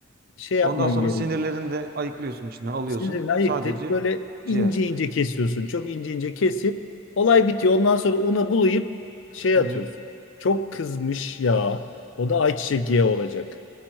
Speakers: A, on the left; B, on the right.
A: Şey yapman
B: Ondan sonra
A: gerekiyor.
B: sinirlerini de ayıklıyorsun içinden alıyorsun.
A: Sinirini ayıklayıp
B: Sadece
A: böyle ince
B: ciğer.
A: ince kesiyorsun. Çok ince ince kesip olay bitiyor. Ondan sonra una bulayıp şey
B: Hı
A: atıyorsun.
B: hı.
A: Çok kızmış ya. O da ayçiçek yağı olacak.